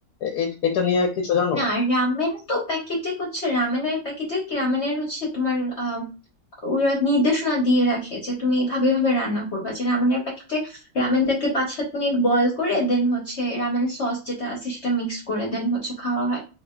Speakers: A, on the left; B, on the left.
A: এ- এ- এটা নিয়ে কিছু জানো
B: না রামেন তো প্যাকেটে হচ্ছে রামেনের প্যাকেটে কি রামেনের হচ্ছে তোমার আহ, ওরা নির্দেশনা দিয়ে রাখে যে তুমি এভাবে এভাবে রান্না করবা যে রামেনের প্যাকেটে রামেনটাকে পাঁচ সাত মিনিট বয়ল করে দেন হচ্ছে রামেন সস যেটা আছে সেটা মিক্স করে দেন হচ্ছে খাওয়া হয়